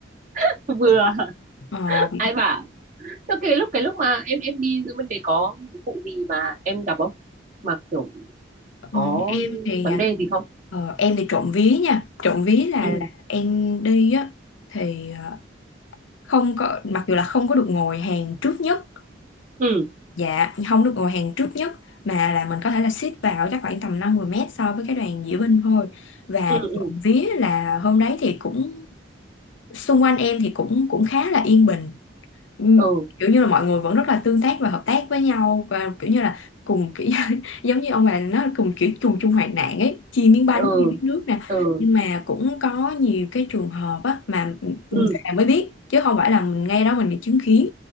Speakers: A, on the right; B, on the left.
A: <laughs> vừa
B: Ờ,
A: ai bảo thế cái lúc cái lúc mà em em đi giữa bên đấy có vụ gì mà em gặp không mà kiểu
B: Ừ,
A: có
B: em thì
A: vấn
B: à,
A: đề gì không
B: ờ, em thì trộm vía nha trộm vía là,
A: ừ
B: là em đi á thì ờ, không có mặc dù là không có được ngồi hàng trước nhất
A: ừ
B: dạ không được ngồi hàng trước nhất mà là mình có thể là xít vào chắc khoảng tầm 50 mét so với cái đoàn diễu binh thôi và
A: ừ ừ
B: trộm vía là hôm đấy thì cũng xung quanh em thì cũng cũng khá là yên bình ừ,
A: ừ
B: kiểu như là mọi người vẫn rất là tương tác và hợp tác với nhau và kiểu như là cùng kiểu <laughs> giống như ông bà nó cùng kiểu chung chung hoạn nạn ấy chia miếng bánh
A: ừ
B: chia miếng nước nè
A: ừ
B: nhưng mà cũng có nhiều cái trường hợp á mà về
A: ừ
B: mới biết chứ không phải là mình ngay đó mình chứng kiến